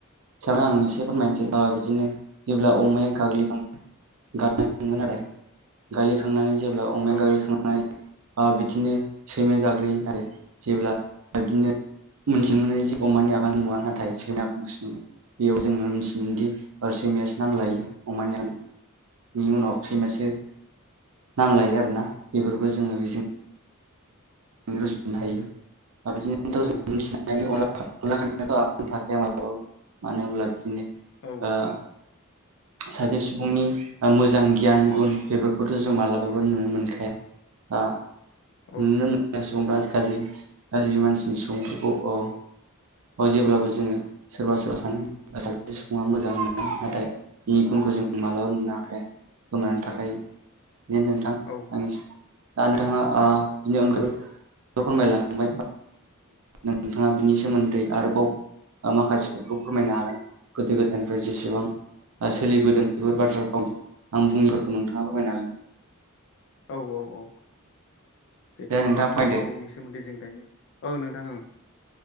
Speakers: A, on the right; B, on the left.
A: सायावनो आं एसे फोरमायनोसै बिदिनो जेब्ला अमाया गाग्लिखांङो आरो गाग्लिखांनानै जेब्ला अमाया
B: औ
A: गाग्लिखांनाय ओ बिदिनो सैमा गाग्लियो नाय जेब्ला बिदिनो मोनथिनो मोनोदि अमानि आगान नुवा नाथाय सैमाया आ बेयाव जों मोनथिनो मोनदि सैमायासो नाम लायो अमानि आ बिनि उनाव सैमासो नाम लायो आरोना बेफोरखौ जोङो बेजों जों रुजुनो हायो। अ बिदिनोथ'
B: औ
A: जों <inaudible> <inaudible> थाखाया माब्लाबाबो। मानो होनोब्ला बिदिनो
B: औ
A: ओ सासे सुबुंनि मोजां गियान गुन बेफोरखौथ' जों मालाबाबो नुनो मोनखाया। ओ
B: औ
A: <inaudible> सुबुं फ्रा आथिं गाज्रि गाज्रि मानसिनि सुबुंफोरखौ अ अ जेब्लाबो जोङो सोरबा सोरबा सानो सासे सुबुङा मोजां होननानै नाथाय बिनि गुनखौ जों मालाबा नुनो हाखाया गोमानै थाखा बे नोंथां
B: औ
A: आं दा नोंथाङा आ बिनि अनगायै फोरमायलांबाय नोंथाङा बिनि सोमोन्दै आरोबाव माखासेफोरखौ फोरमायनो हागोन नामा गोदो गोदाय ओफ्राय जेसेबां ओ सोलिबोदों बेफोर बाथ्राखौ आं मुंफोरखौ नोंथाङा फोरमायनो हागोन।
B: औ औ औ। जिहेथु
A: दे नोंथाङा
B: बाथ्रा
A: फरायदो
B: बावनि सोमोन्दै जों दायो औ नोंथां ओं